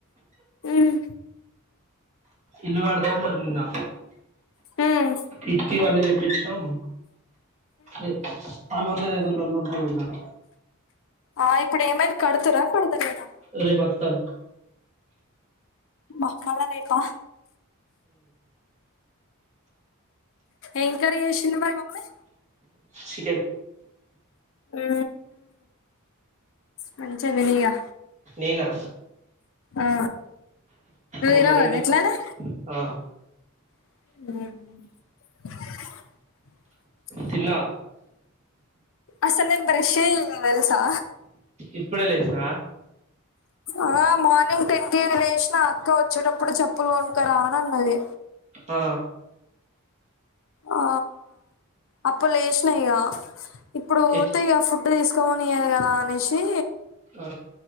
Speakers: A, on the left (about 65°); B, on the right (about 35°).
A: ఉమ్
B: ఇల్లు కాస్తున్నారు నా
A: ఉమ్
B: ఇకి బన్నద ఇచ్చం ఏ పల్లెల్లో ఏదో ఒక లొల్లి ఉంటది ఇలాగ
A: ఆ ఇప్పుడు ఏమైంది కడుతుర కస్తలేదా
B: రే పాక్తన్
A: బక్కదనేేపా ఏంకరీ చేసింది మరి మమ్మీ
B: శీత
A: ఆ మంచి వినిగా
B: నేనా
A: ఆ రరావద
B: మొన్న రెండు
A: ఎట్లానే
B: ఆ
A: అ
B: తన్నా
A: అస నేన్ బరిషే ఇల్ తెల్సా
B: ఇప్పుడెలసా
A: ఆ మార్నింగ్ టెన్ టీ లేచిన నా అక్క వచ్చేటప్పుడు చెప్పులు కొనుకరా అని అన్నది
B: ఆ
A: ఆ అప్పు లేచనయిక ఇప్పుడు పోతాయి
B: ఎచ్
A: ఫు తీసుకోనియ్యదు కదా అనేసి
B: ఆ